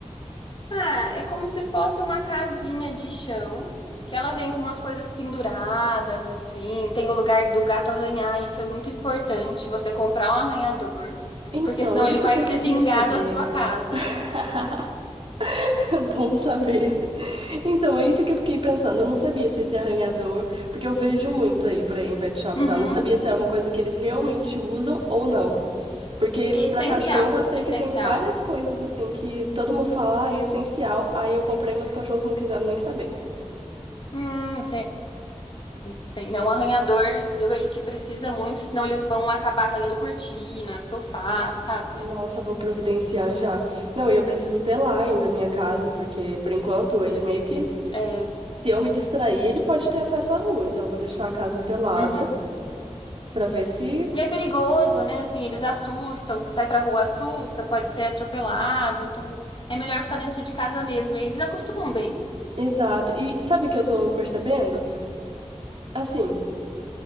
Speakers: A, on the left (about 45°); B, on the right (about 50°).
A: Ah, é como se fosse uma casinha de chão, que ela vem com umas coisas penduradas, assim. Tem o lugar do gato arranhar, isso é muito importante. Você comprar um arranhador,
B: Então,
A: porque senão
B: isso
A: ele vai
B: que eu
A: se
B: queria
A: vingar
B: saber.
A: da sua casa.
B: <laughs> <laughs> Bom saber. Então, é isso que eu fiquei pensando. Eu não sabia se esse arranhador, porque eu vejo muito aí por aí em pet shop,
A: Uhum.
B: e tal. Eu não sabia se era uma coisa que eles realmente usam ou não. Porque
A: Essencial,
B: pra cachorro eu sei
A: essencial.
B: que tem várias coisas assim que todo mundo fala, ah, é essencial. Aí eu comprei, mas os cachorros não quiseram nem saber.
A: Hum, sei, sei. Não, arranhador, eu vejo que precisa muito, senão eles vão acabar arranhando cortina, sofá, sabe?
B: Nossa, vou providenciar já. Não, e eu preciso ter lá ainda a minha casa, porque por enquanto ele meio que,
A: É,
B: se eu me distrair, ele pode ter acesso à rua. Então eu vou deixar a casa telada
A: uhum.
B: pra ver se
A: E é perigoso, né? Assim, eles assustam, se sai pra rua assusta, pode ser atropelado, então é melhor ficar dentro de casa mesmo. Eles acostumam bem.
B: Exato. E sabe o que eu tô percebendo? Assim,